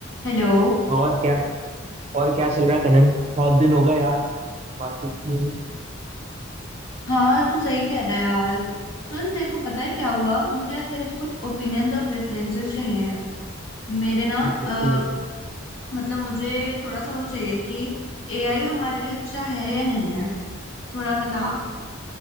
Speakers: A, on the left; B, on the right.
A: Hello
B: और क्या और क्या चल रहा है कनन बहुत दिन हो गए यार बातचीत नहीं हुई
A: हाँ तू सही कह रहा है यार सुन तेरे को पता है क्या हुआ मुझे ना तेरे से कुछ ओपिनियंस और प्रेफरेंसेस चाहिए हैं मेरे ना
B: बिल्कुल
A: अ,
B: बिल्कुल
A: मतलब मुझे थोड़ा सा वो चाहिए कि एआई हमारे लिए अच्छा है या नहीं है थोड़ा बता